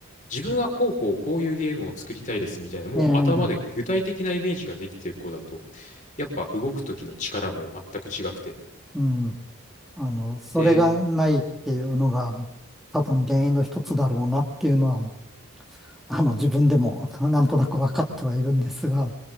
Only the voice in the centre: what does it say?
ええ、
うん。あの、それがないっていうのが
多分原因の一つだろうなっていうのは、あの、自分でもなんとなく分かってはいるんですが、